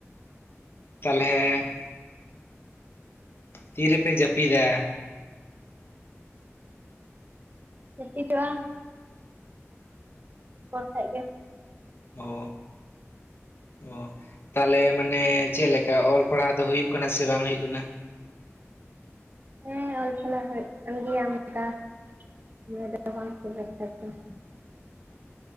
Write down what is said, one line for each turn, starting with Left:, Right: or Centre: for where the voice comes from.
Left: ᱛᱟᱞᱚᱦᱮᱼᱼ ᱛᱤᱨᱮᱯᱮ ᱡᱟᱹᱯᱤᱫᱟ᱾
Right: ᱡᱟᱯᱤᱫᱚᱜᱼᱟ ᱟᱨ ᱠᱟᱴᱤᱡ ᱯᱚᱨ ᱠᱷᱟᱡ ᱜᱮ
Left: ᱚᱻ ᱚ ᱛᱟᱦᱚᱞᱮ ᱢᱟᱱᱮ ᱪᱮᱫ ᱞᱮᱠᱟ ᱚᱞ ᱯᱟᱲᱦᱟᱣ ᱫᱚ ᱦᱩᱭᱩᱜ ᱠᱟᱱᱟ ᱥᱮ ᱵᱟᱝ ᱦᱩᱭᱩᱜ ᱠᱟᱱᱟ᱾
Right: ᱦᱮᱸ ᱚᱞᱯᱟᱲᱦᱣ ᱦᱩᱭᱩᱜ ᱠᱟᱱ ᱜᱮᱭᱟ ᱚᱱᱠᱟ᱾ <unintelligible>